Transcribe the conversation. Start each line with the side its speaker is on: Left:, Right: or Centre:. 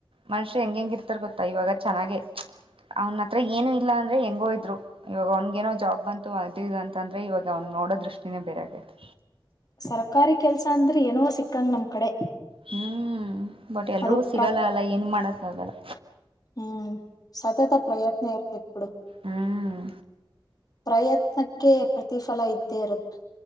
Right: ಮನುಷ್ಯ ಹೆಂಗ ಹೆಂಗ ಇರ್ತಾರ ಗೊತ್ತಾ ಇವಾಗ ಚೆನ್ನಾಗೆ ಅವನ ಹತ್ರ ಏನು ಇಲ್ಲ ಅಂದ್ರೆ ಹೆಂಗೋಯಿದ್ರು ಇವಾಗ ಅವನ್ಗ ಏನೋ ಜಾಬ್ ಬಂತು ಅದು ಇದು ಅಂತ ಅಂದ್ರೆ ಇವಾಗ ಅವ್ನು ನೋಡೋ ದೃಷ್ಟಿನೇ ಬೇರೆ ಆಗೈತಿ
Left: ಸರ್ಕಾರಿ ಕೆಲ್ಸ ಅಂದ್ರೆ ಏನೋ ಸಿಕ್ಕಂಗ ನಮ್ ಕಡೆ
Right: ಹು ಬಟ್ ಎಲ್ರಿಗೂ
Left: ಅದಕ್
Right: ಸಿಗಲ್ಲ
Left: ಪ್ರ
Right: ಅಲ್ಲ ಏನು ಮಾಡೋಕ್ಕಾಗಲ್ಲ
Left: ಹ್ಮ್ ಸತತ ಪ್ರಯತ್ನ ಇರಬೇಕು ಬಿಡು
Right: ಹ್ಮ್
Left: ಪ್ರಯತ್ನಕ್ಕೆ ಪ್ರತಿಫಲ ಇದ್ದೇ ಇರುತ್ತೆ